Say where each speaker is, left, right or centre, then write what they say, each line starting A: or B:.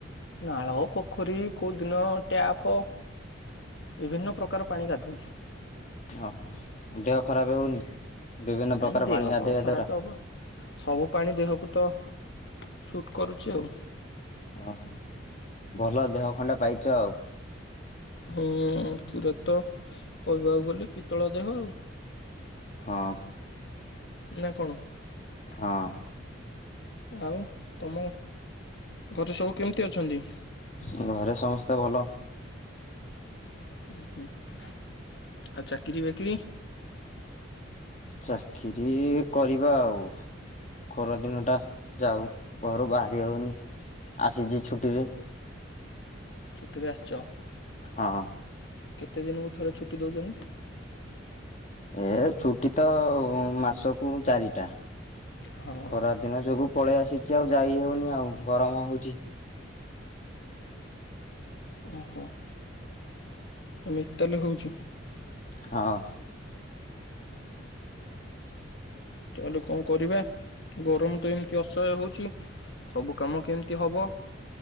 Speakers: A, on the left; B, on the left.
A: ନାଳ, ପୋଖରୀ କୋଉଦିନ ଟ୍ୟାପ ବିଭିନ୍ନ ପ୍ରକାର ପାଣି ଗାଧଉଛୁ।
B: ଓ ଦେହ ଖରାପ ହଉନି ବିଭିନ୍ନ
A: ନାଇଁ
B: ପ୍ରକାର
A: ଦେହ
B: ପାଣି ଗାଧୋଇବା
A: କଣ ଖରାପ
B: ଦ୍ଵାରା?
A: ହବ ସବୁ ପାଣି ଦେହକୁ ତ ସୁଟ୍ କରୁଛି ଆଉ,
B: ଓ ହ ଭଲ ଦେହ ଖଣ୍ଡେ ପାଇଛ ଆଉ,
A: ହୁଁ ପୁରା ତ କହିବାକୁ ଗଲେ ପିତ୍ତଳ ଦେହ ଆଉ!
B: ହଁ
A: ନା କଣ?
B: ହଁ
A: ଆଉ ତମ ଘରେ ସବୁ କେମିତି ଅଛନ୍ତି?
B: ଘରେ ସମସ୍ତେ ଭଲ।
A: ହୁଁ ହୁଁ ଆଉ ଚାକିରି ବାକିରି?
B: ଚାକିରି କରିବା ଆଉ! ଖରାଦିନଟା ଯାଉ ଘରୁ ବାହାରି ହେଉନି ଆସିଛି ଛୁଟିରେ,
A: ଛୁଟିରେ ଆସିଛ।
B: ହଁ
A: କେତେ ଦିନକୁ ଥରେ ଛୁଟି ଦେଉଛନ୍ତି?
B: ଏ ଛୁଟି ତ ମାସକୁ ଚାରିଟା,
A: ହଁ
B: ଖରା ଦିନ ଯୋଗୁଁ ପଳେଇ ଆସିଛି ଆଉ ଯାଇ ହେଉନି ଆଉ ଗରମ ହେଉଛି,
A: <inaudible> ଓହୋ ଏମିତ୍ ତାହାଲେ ହଉଛି
B: ହଁ
A: ତାହେଲେ କଣ କରିବା? ଗରମ ତ ଏମିତି ଅସହ୍ୟ ହେଉଛି ସବୁ କାମ କେମିତି ହବ,